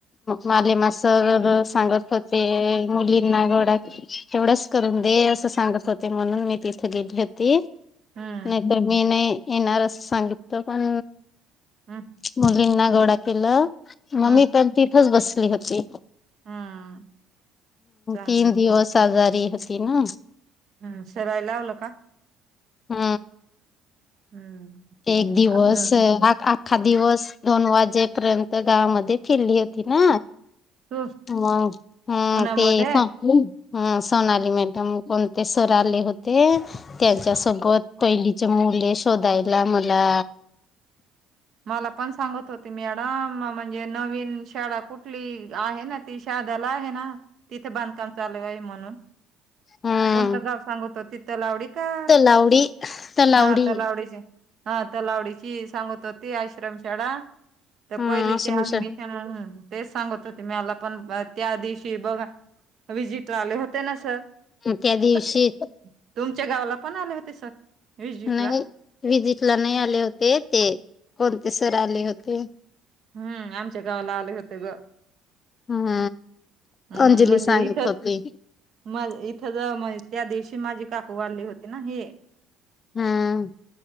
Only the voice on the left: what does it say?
मालेमा सर सांगत होते मुलींना गोडा एवढंस करून दे, असं सांगत होते म्हणून मी तिथ गेली होती.
नाही तर मी नाही येणार असं सांगितल पण.
मुलींना गोडा केलं म
मी पण तिथचं बसली होती.
तीन दिवस आजारी होती ना.
हू
एक दिवस
आखा-आक्खा दिवस. दोन वाजेपर्यंत गावामध्ये फिरली होती ना.
मग हम्म
ते स सोणाली मॅडम कोण? ते सर आले होते. त्यांच्या सोबत पहिलीचे मुले शोधायला मला.
हम्म
तलावडी तलावडी
हा
असं म्हण
त्या दिवशी
नाही. व्हीजिट ला नाही आले होते, ते कोणते सर आले होते?
हूम
अंजली
सांगत
होती.
हुं.